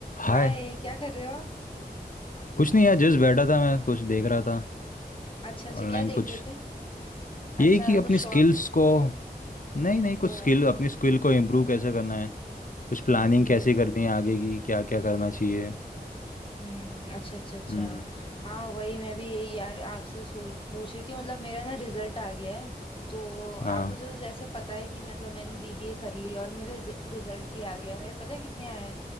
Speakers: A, on the left (about 55°); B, on the left (about 30°).
A: हाय
B: हाय क्या कर रहे हो आप
A: कुछ नहीं यार जस्ट बैठा था मैं कुछ देख रहा था
B: अच्छा अच्छा
A: ऑनलाइन
B: क्या देख
A: कुछ
B: रहे थे
A: यही
B: अच्छा
A: कि अपनी
B: कुछ
A: स्किल्स
B: शॉप
A: को नहीं नहीं
B: ओ
A: कुछ स्किल अपनी स्किल को इम्प्रूव कैसे करना है कुछ
B: हम्म
A: प्लानिंग कैसे करनी है आगे की क्या क्या करना चाहिए
B: हम्म अच्छा अच्छा अच्छा
A: हम्म
B: हाँ वही मैं भी यही यार आपसे सो पूछ रही थी मतलब मेरा ना रिजल्ट आ गया है तो
A: हाँ
B: आपको जो जैसे पता है कि मतलब मैंने बीबीए कर ली और मेरे रिजल्ट भी आ गया मेरे पता है कितने आए हैं